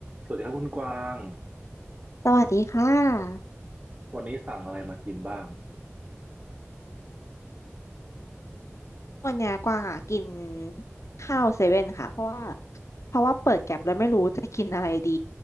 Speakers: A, on the right; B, on the left.
A: สวัสดีครับคุณกวาง
B: สวัสดีค่ะ
A: วันนี้สั่งอะไรมากินบ้าง
B: วันเนี้ยกวางอ่ะกินข้าวเซเว่นค่ะเพราะว่าเพราะว่าเปิดแก็บแล้วไม่รู้จะกินอะไรดี